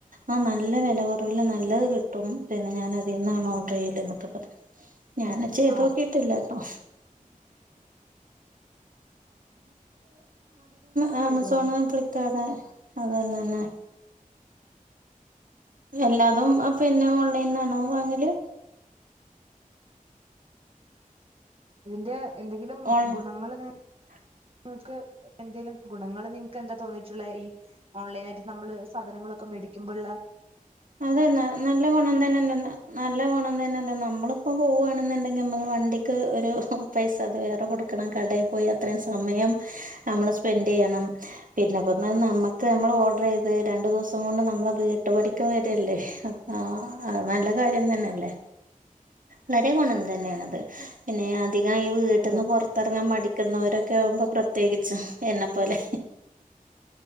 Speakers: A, on the right; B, on the right.
A: ആഹ് നല്ല വില- കുറവില്ലേ നല്ലത് കിട്ടും പിന്നെ ഞാൻ അതിന്നാണ് ഓഡർ ചെയ്യല് എന്നൊക്കെ പറഞ്ഞു ഞാനെ
B: ആഹ്
A: നോക്കിയിട്ടില്ലട്ടോ അ ആമസോണ്
B: ശരിയാണ്
A: ഫ്ലിപ്കാർട്ട് അത് തന്നെ തന്നെ എല്ലാതും പിന്നെ ഓൺലൈൻന്നണോ വാങ്ങല്
B: ഇതിന്റെ എന്തെങ്കിലും
A: ഓൺ
B: ഗുണങ്ങൾ-
A: <unintelligible>
B: നിങ്ങക്ക് എന്തെങ്കലും ഗുണങ്ങൾ നിങ്ങക്ക് എന്താ തോന്നിയിട്ടുള്ള ഈ ഓൺലൈൻ ആയിട്ട് നമ്മള് സാധനങ്ങളൊക്കെ മേടിക്കുമ്പോഴുള്ള
A: അതന്നാ നല്ല ഗുണം തന്നെന്നാല്ല നല്ല ഗുണം തന്നെല്ല നമ്മളിപ്പോ പോവാണ് ണ്ടെങ്കിൽ നമ്മക്ക് വണ്ടക്ക് ഒരു പൈസ് - ത് വേറെ കൊടുക്കണം കടയിൽ പോയി അത്ര സമയം നമ്മൾ സ്പെന്റ് ചെയ്യണം പിന്നെ നമ്മുക്ക് നമ്മൾ ഓർഡർ ചെയ്ത് രണ്ടു ദിവസം കൊണ്ട് നമ്മളെ വീട്ടുപാടി രില്ലേ അപ്പ നല്ല കാര്യം തന്നെയല്ലേ വളരെ ഗുണം തന്നെയണത് പിന്നെ- അധികം ഈ വീട്ടിൽ
B: അതെ
A: നിന്ന് പുറത്തിറങ്ങാൻ മടിക്കുന്നവരൊക്കെ- ഒക്കെ ആകുമ്പോ പ്രത്യേകിച്ചും എന്നെ പോലെ